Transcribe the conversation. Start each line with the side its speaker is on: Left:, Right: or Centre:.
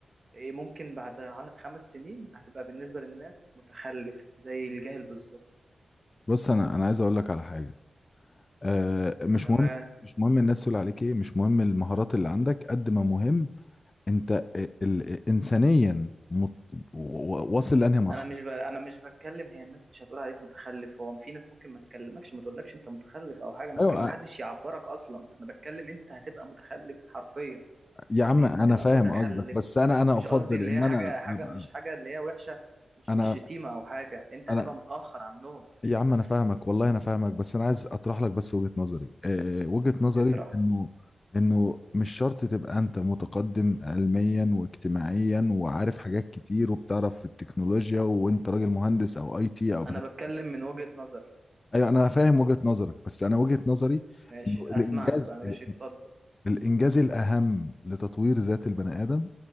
Right: إيه، ممكن بعد ع- خمس سنين هتبقى بالنسبة للناس متخلف زي الجاهل بالظبط
Left: بص انا انا عايز اقول لك على حاجة آه، مش
Right: تمام
Left: مهم مش مهم الناس تقول عليك ايه مش مهم المهارات اللي عندك قد ما مهم انت ال- ال- انسانيا مت... و- و- واصل لانهي مرحله
Right: انا مش ب... انا مش بتكلم هي الناس مش هتقول عليك متخلف هو في ناس ممكن ما تكلمكش ما تقولكش انت متخلف او حاجة ممكن
Left: ايوه
Right: ما حدش
Left: آه،
Right: يعبرك اصلا انا بتكلم انت هتبقى متخلف حرفيا
Left: يا
Right: يعني
Left: عم انا
Right: انت تبقى
Left: فاهم
Right: متخلف
Left: قصدك بس انا انا
Right: مش
Left: افضل
Right: قصدي اللي
Left: ان
Right: هي
Left: انا
Right: حاجة حاجة
Left: ابقى
Right: مش حاجة اللي هي وحشة مش
Left: انا
Right: مش شتيمة او حاجة انت
Left: انا
Right: هتبقى متأخر عنهم
Left: يا عم
Right: بس
Left: انا فاهمك والله انا فاهمك بس انا عايز اطرح لك بس وجهه نظري آه، وجهه نظري
Right: اطرح
Left: انه انه مش شرط تبقى انت متقدم علميا واجتماعيا وعارف حاجات كتير وبتعرف في التكنولوجيا وانت راجل مهندس او اي تي او بتفهم
Right: انا بتكلم من وجهة نظري
Left: ايوه انا فاهم وجهة نظرك بس انا وجهة نظري
Right: ماشي
Left: انه الانجاز
Right: اسمعك بقى ماشي
Left: ال-
Right: اتفضل
Left: الانجاز الاهم لتطوير ذات البني ادم